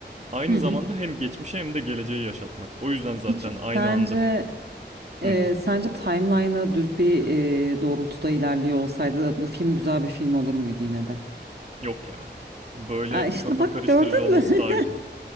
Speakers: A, on the right (about 40°); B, on the right (about 60°).
A: Aynı
B: Hı hı.
A: zamanda hem geçmişi hem de geleceği yaşatmak. O yüzden zaten
B: Peki
A: aynı
B: sence
A: anda Hı,
B: e, sence timeline'ı düz bir e, doğrultuda ilerliyor olsaydı bu film güzel bir film olur muydu yine de?
A: yok ya. Böyle
B: Ha, işte
A: kafa
B: bak
A: karıştırıcı
B: gördün
A: olması
B: mü? <laughs>
A: daha güzel.